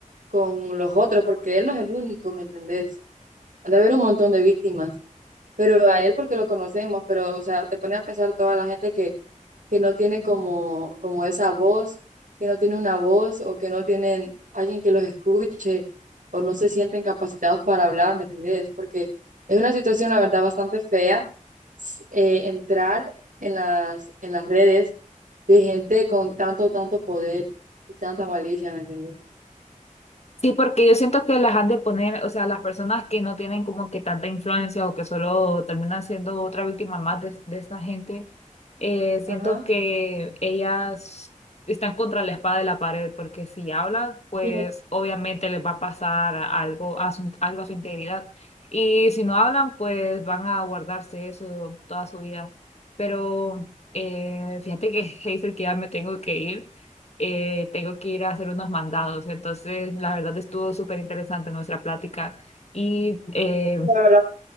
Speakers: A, on the right; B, on the left.
A: con los otros? Porque él no es el único, ¿me entendés? Han de haber un montón de víctimas pero a él porque lo conocemos, pero o sea, te pone a pensar toda la gente que, que no tiene como, como esa voz, que no tiene una voz o que no tienen alguien que los escuche o no se sienten capacitados para hablar, ¿me entendés? Porque es una situación, la verdad, bastante fea s- eh, entrar en las, en las redes de gente con tanto, tanto poder y tanta malicia, ¿me entendés?
B: Sí, porque yo siento que las han de poner, o sea, las personas que no tienen como que tanta influencia o que solo terminan siendo otra víctima más de, de esta gente, eh, siento
A: Ajá.
B: que ellas están contra la espada de la pared, porque si hablan, pues
A: Sí,
B: obviamente les va a pasar algo a su, algo a su integridad. Y si no hablan, pues van a guardarse eso toda su vida. Pero eh, fíjate que, <laughs> Hazel, que ya me tengo que ir eh, tengo que ir a hacer unos mandados. Entonces, la verdad estuvo súper interesante nuestra plática. Y eh,
A: la verdad